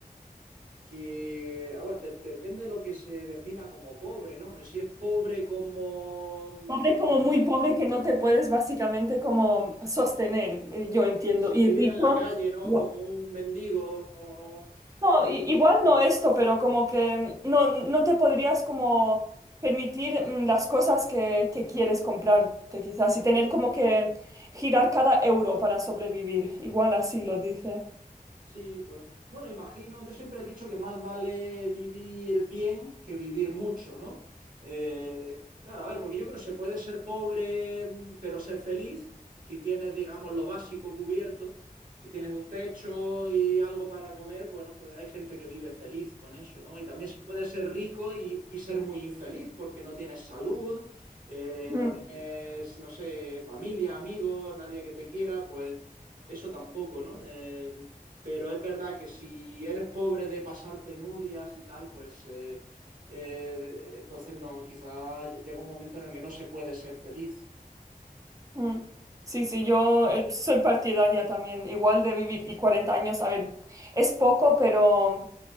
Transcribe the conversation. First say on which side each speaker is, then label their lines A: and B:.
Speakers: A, on the right (about 60°); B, on the right (about 20°).
A: que, a ver, de- depende de lo que se defina como pobre, ¿no? Hombre, si es pobre como
B: Pobre como muy pobre que no te puedes básicamente como sostener, eh, yo entiendo.
A: si, si
B: Y
A: viviera
B: rico,
A: en la calle, ¿no?
B: no,
A: Como un mendigo. o,
B: no,
A: eh,
B: i- igual no esto, pero como que no, no te podrías como permitir mm, las cosas que, que quieres comprarte quizás y tener como que girar cada euro para sobrevivir. Igual así lo dice.
A: Sí, pues bueno, imagino, yo siempre he dicho que más vale vivir bien que vivir mucho, ¿no? Eh, claro, a ver, porque yo creo que se puede ser pobre mm, pero ser feliz si tienes, digamos, lo básico cubierto, si tienes un techo y algo para comer, bueno, pues hay gente que vive feliz con eso, ¿no? Y también se puede ser rico y, y ser muy infeliz porque no tienes salud, eh,
B: <laughs>
A: no tienes, no sé, familia, amigos, nadie que te quiera, pues eso tampoco, ¿no? Eh, pero es verdad que si eres pobre de pasar penurias y tal, pues eh, eh, entonces no, quizá llega un momento en el que no se puede ser feliz.
B: Mm. Sí, sí, yo eh, soy partidaria también, igual de vivir y 40 años, a ver, es poco, pero